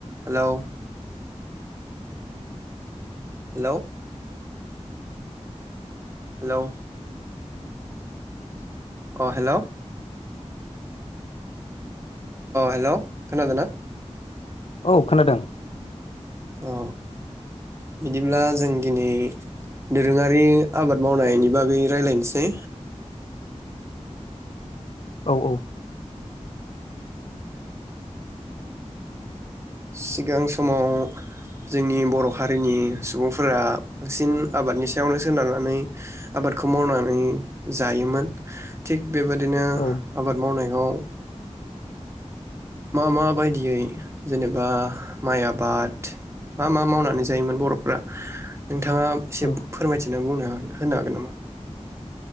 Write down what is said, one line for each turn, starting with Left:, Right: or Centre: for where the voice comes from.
Right: हेलौ हेलौ हेलौ अ हेल अ हेल खोनादोंना?
Left: औ खोनादों।
Right: औ बिदिब्ला जों दिनै दोरोङारि आबाद मावनायनि बागै रायलायनोसै।
Left: औ औ
Right: सिगां समाव जोंनि बर' हारिनि सुबुंफोरा बांसिन आबादनि सायावनो सोनारनानै आबादखौ मावनानै जायोमोन थिग बेबायादिनो
Left: औ
Right: आबाद मावनायखौ <inaudible> मा मा बायदियै जेनेबा माइ आबाद मा मा मावनानै जायोमोन बर फ्रा नोंथाङा एसे
Left: औ
Right: फोरमायथि नों बुंनो हागोन होनो हागोन नामा?